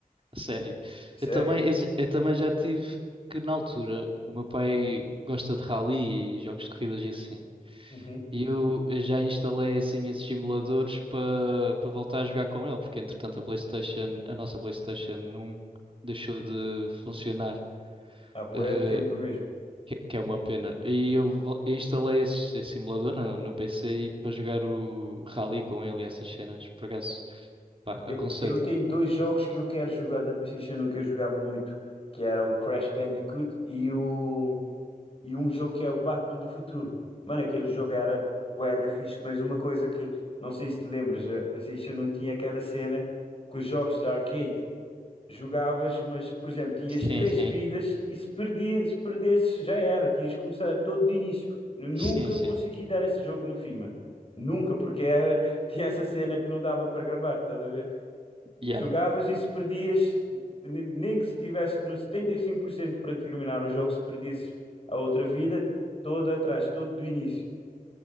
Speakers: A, on the right; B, on the left.
A: sério.
B: Sério?
A: Eu também, esse- eu também já tive. Que na altura o meu pai gosta de rally e jogos de corridas e assim.
B: Uhum.
A: E eu eu já instalei assim esses simuladores para para voltar a jogar com ele, porque entretanto a PlayStation, a nossa PlayStation 1 deixou de funcionar,
B: Há bué
A: eh,
B: de tempo mesmo.
A: que, que é uma pena. E eu vo- instalei esse, esse simulador no, no PC e para jogar o Rally com ele e essas cenas. Por acaso, pá,
B: Eu,
A: aconselho.
B: eu tenho dois jogos que eu quero jogar da PlayStation um que eu jogava muito, que era o Crash Bandicoot e o e um jogo que é o Batman do futuro. Mano, aquele jogo era bué da fixe, mas uma coisa que não sei se te lembras, a PlayStation não tinha aquela cena que os jogos de arcade jogavas, mas por exemplo, tinhas
A: Sim,
B: três
A: sim,
B: vidas e se, perdia, se perdesses já era, tinhas que começar todo de início. Eu nunca
A: sim, sim.
B: consegui dar esse jogo no fim, mano. Nunca, porque era, <laughs> tinha essa cena que não dava para gravar, estás a ver?
A: Yeah.
B: Jogavas e se perdias, ne- nem que se estivesse no 75% para terminar o jogo, se perdesses a outra vida toda atrás, todo do início.